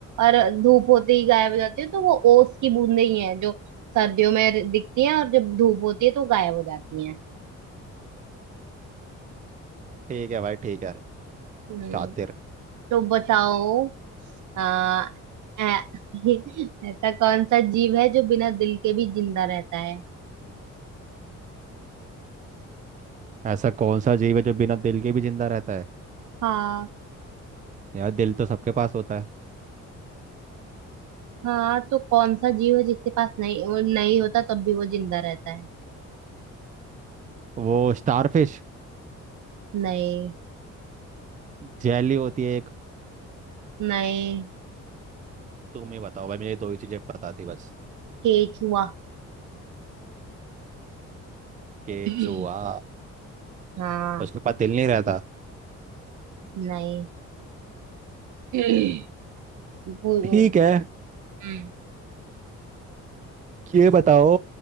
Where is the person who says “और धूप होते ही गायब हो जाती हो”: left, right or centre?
Right